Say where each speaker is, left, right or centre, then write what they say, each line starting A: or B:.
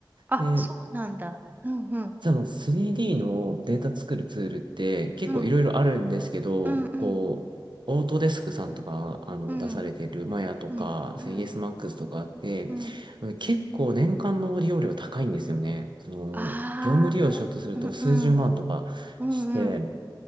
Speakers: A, on the right (about 20°); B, on the right (about 65°).
A: あ、
B: で
A: そうなんだ。うん、うん、
B: 実はあの 3D のデータ作るツールって結構いろいろあるんですけど、
A: うん、うん、うん、
B: こう、オートデスクさんとか、あの、
A: うん、
B: 出されているマヤとか、
A: うん、うん、
B: 3SMAX とかって、
A: うん。
B: あの結構年間の利用料高いんですよね。その、
A: ああ、
B: 業務利用しようとすると数十万とかして、
A: うん、うん、うん、うん、